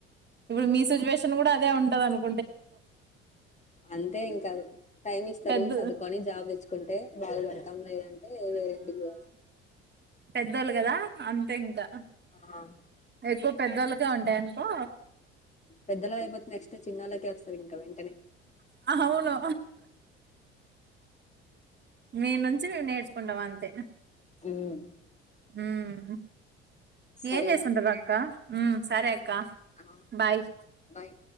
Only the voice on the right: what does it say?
ఇప్పుడు మీసు సిచువేషన్ కూడా అదే ఉంటదనుకో
పెద్ద
పెద్దలు కదా అంతే ఇంకా
ఎక్కువ పెద్దల్లోకే ఉంటాయనుకో
ఆ అవును మీ నుంచి మేము నేర్చుకుంటాం అంతే
ఉమ్
ఏం చేస్తుంటారు అక్క ఉమ్ సరే అక్క
బాయ్